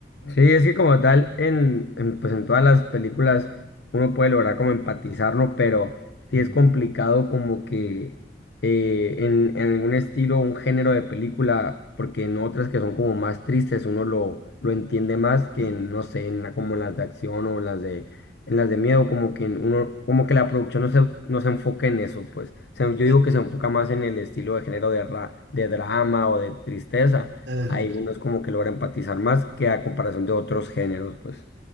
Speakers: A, on the left; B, on the right.
A: Sí, es que como tal, en, en, pues en todas las películas uno puede lograr como empatizar, ¿no? Pero sí
B: Mm,
A: es complicado como que eh, en, en algún estilo, un género de película, porque en otras que son como más tristes uno lo, lo entiende más que
B: No.
A: en, no sé, en la- como en las de acción o en las de, en las de miedo, como que en uno, como que la producción no se, no se enfoca en eso, pues. O sea, yo
B: Eh,
A: digo que se enfoca más en el estilo de género de, ra- de drama o de tristeza
B: eso es.
A: hay unos como que logra empatizar más que a comparación de otros géneros, pues.